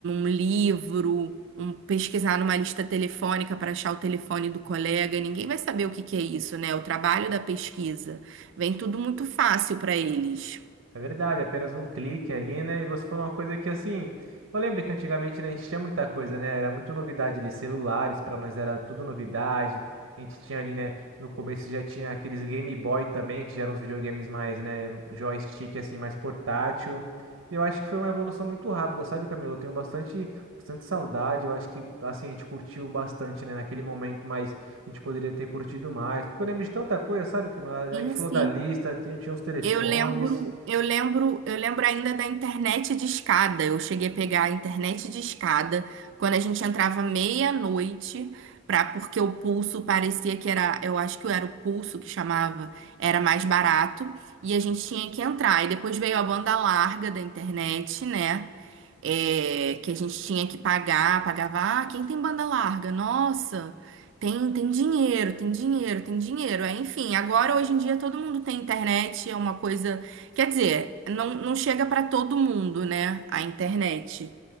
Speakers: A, on the right (about 65°); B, on the right (about 85°).
A: um livro, um, pesquisar numa lista telefônica para achar o telefone do colega, ninguém vai saber o que que é isso, né? O trabalho da pesquisa. Vem tudo muito fácil para eles.
B: É verdade, apenas um clique ali, né? E você falou uma coisa que assim, eu lembro que antigamente, né, a gente tinha muita coisa, né? Era muito novidade ali, celulares, pra nós era tudo novidade. A gente tinha ali, né, no começo já tinha aqueles Game Boy também, que já eram os videogames mais, né, joystick assim, mais portátil. E Eu acho que foi uma evolução muito rápida, sabe, Camilo? Eu tenho bastante, bastante saudade. Eu acho que assim, a gente curtiu bastante, né, naquele momento, mas a gente poderia ter curtido mais, porque eu lembro de tanta coisa, sabe, Camilo? A
A: Sim,
B: a gente falou
A: sim.
B: da lista, tinha, tinha os telefones,
A: Eu lembro, eu lembro, eu lembro ainda da internet de escada. Eu cheguei a pegar a internet de escada quando a gente entrava meia-noite, para porque o pulso parecia que era, eu acho que era o pulso que chamava, era mais barato e a gente tinha que entrar. E depois veio a banda larga da internet, né? é, que a gente tinha que pagar, pagava, ah, quem tem banda larga? Nossa, tem, tem dinheiro, tem dinheiro, tem dinheiro. É, enfim, agora hoje em dia todo mundo tem internet, é uma coisa, quer dizer, não, não chega para todo mundo, né, a internet.